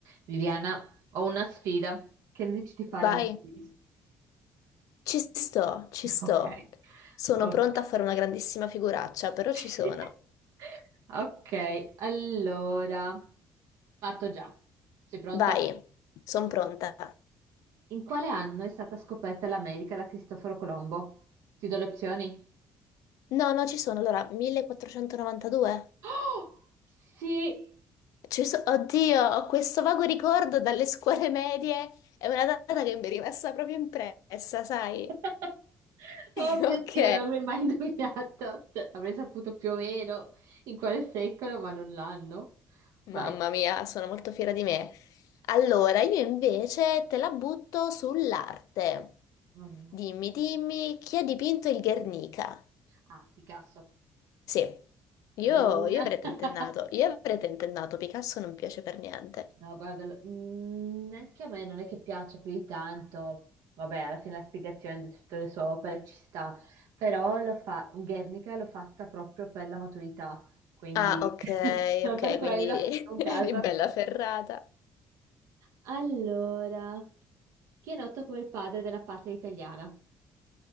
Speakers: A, on the right (about 75°); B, on the left (about 70°).
A: Viviana, ho una sfida. Che ne dici di fare
B: Vai,
A: un quiz?
B: ci sto, ci
A: <laughs>
B: sto.
A: Ok,
B: Sono
A: ok.
B: pronta a fare una grandissima figuraccia, però
A: <laughs>
B: ci sono.
A: Ok, allora parto già. Sei pronta?
B: Vai, sono pronta.
A: In quale anno è stata scoperta l'America da Cristoforo Colombo? Ti do le opzioni?
B: No, no, ci sono. Allora, 1492?
A: Oh, sì!
B: Ci so- Oddio, ho questo vago ricordo dalle scuole medie. È una data che mi è rimasta proprio impressa, sai?
A: <laughs> Oh
B: <laughs>
A: mio
B: Ok.
A: Dio, non l'avrei mai indovinato. Cioè, avrei saputo più o meno in quale secolo, ma non l'anno.
B: Mamma
A: Vai.
B: mia, sono molto fiera di me. Allora, io invece te la butto sull'arte.
A: Oh no.
B: Dimmi, dimmi, chi ha dipinto il Guernica?
A: Ah, Picasso.
B: Sì, io,
A: Almeno una.
B: io avrei tentennato,
A: <laughs>
B: io avrei tentennato, Picasso non piace per niente.
A: No, guarda, l- mm, anche a me non è che piaccia più di tanto. Vabbè, alla fine la spiegazione di tutte le sue opere ci sta, però lo fa, Guernica l'ho fatta proprio per la maturità, quindi
B: Ah, ok,
A: <laughs> solo
B: ok,
A: per quello,
B: quindi <laughs>
A: un caso.
B: eri bella ferrata.
A: Allora, chi è noto come il padre della patria italiana?